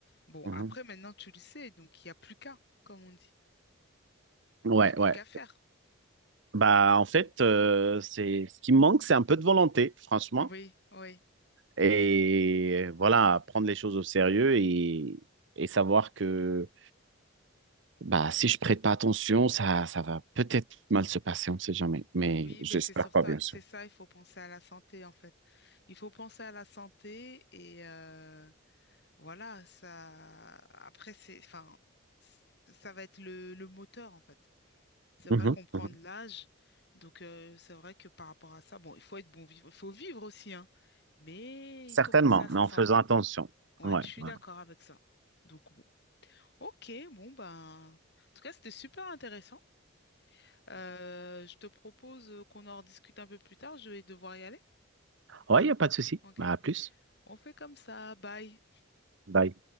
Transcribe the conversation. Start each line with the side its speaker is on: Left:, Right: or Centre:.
Left: Bon,
Right: Mhm.
Left: après, maintenant, tu le sais, donc il n'y a plus qu'à, comme on dit.
Right: Ouais,
Left: Il n'y a plus
Right: ouais.
Left: qu'à faire.
Right: Bah, en fait, euh, c'est ce qui me manque, c'est un peu de volonté, franchement.
Left: Oui, oui,
Right: Et voilà, prendre les choses au sérieux et, et savoir que bah, si je prête pas attention, ça, ça va peut-être mal se passer, on ne sait jamais. Mais
Left: oui,
Right: j'espère
Left: mais c'est sur
Right: pas,
Left: ça,
Right: bien
Left: c'est
Right: sûr.
Left: ça, il faut penser à la santé en fait. Il faut penser à la santé et euh, voilà, ça. Après, c'est, enfin, c- ça va être le, le moteur en fait. C'est vrai
Right: Mhm,
Left: qu'on prend
Right: mhm.
Left: de l'âge, donc euh, c'est vrai que par rapport à ça, bon, il faut être bon vivre, il faut vivre aussi, hein, mais
Right: Certainement,
Left: il faut penser à sa
Right: mais en
Left: santé.
Right: faisant attention.
Left: Ouais,
Right: Ouais,
Left: je suis
Right: ouais.
Left: d'accord avec ça. Donc bon, ok, bon ben, en tout cas, c'était super intéressant. Euh, je te propose euh, qu'on en rediscute un peu plus tard. Je vais devoir y aller.
Right: Ouais, il n'y a pas de souci.
Left: OK?
Right: Bah, à plus.
Left: On fait comme ça. Bye.
Right: Bye.